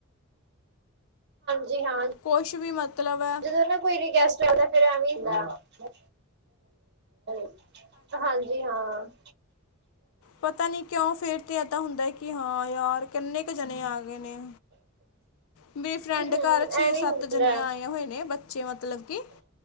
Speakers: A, on the right; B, on the left.
A: ਹਾਂਜੀ। ਹਾਂ
B: ਕੁਛ ਵੀ ਮਤਲਬ ਹੈ
A: ਜਦੋਂ ਨਾ ਕੋਈ ਰਿਕੁਐਸਟ ਕਰਦਾ ਫਿਰ ਐਵੀ ਹੁੰਦਾ ਹੈ। <unintelligible> ਹਾਂਜੀ ਹਾਂ। <inaudible>
B: ਪਤਾ ਨੀ ਕਿਉਂ ਫੇਰ ਤੇ ਏਦਾਂ ਹੁੰਦਾ ਕਿ ਹਾਂ ਯਾਰ ਕਿੰਨੇ ਕੁ ਜਣੇ ਆ ਗਏ ਨੇ। ਮੇਰੀ ਫਰੈਂਡ
A: ਹੂੰ
B: ਘਰ ਛੇ
A: ਐਵੇਂ
B: ਸੱਤ
A: ਹੁੰਦਾ
B: ਜਣੀਆਂ ਆਈਆਂ ਹੋਈਆਂ। ਇਹ ਬੱਚੇ ਮਤਲਬ ਕਿ